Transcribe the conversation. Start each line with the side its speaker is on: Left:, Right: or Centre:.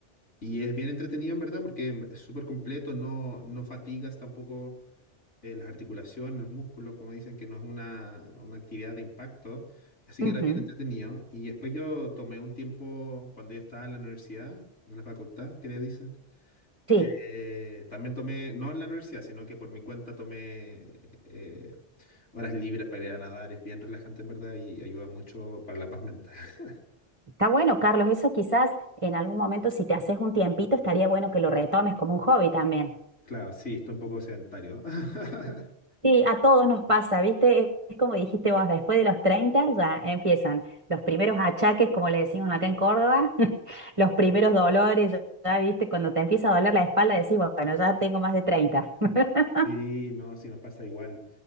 Left: Y es bien entretenido, en verdad, porque em, es súper completo, no, no fatigas tampoco eh, las articulaciones, los músculos, como dicen que no es una, una actividad de impacto. Así
Right: Ujú.
Left: que era bien entretenido. Y después yo tomé un tiempo cuando yo estaba en la universidad, en la facultad, ¿qué le dicen?
Right: Sí,
Left: eh, también tomé, no en la universidad, sino que por mi cuenta tomé eh, horas libres para ir a nadar, es bien relajante en verdad y ayuda mucho para la paz mental. <laughs>
Right: está bueno, Carlos. Eso quizás en algún momento, si te haces un tiempito, estaría bueno que lo retomes como un hobby también.
Left: Claro, sí, estoy un poco sedentario. <laughs>
Right: Sí, a todos nos pasa, ¿viste? Es, es como dijiste vos, después de los 30 ya empiezan los primeros achaques, como le decimos acá en Córdoba, <laughs> los primeros dolores, ya, ya, ¿viste? Cuando te empieza a doler la espalda, decís, bueno, ya tengo más de treinta <laughs>
Left: Sí, no, sí nos pasa igual.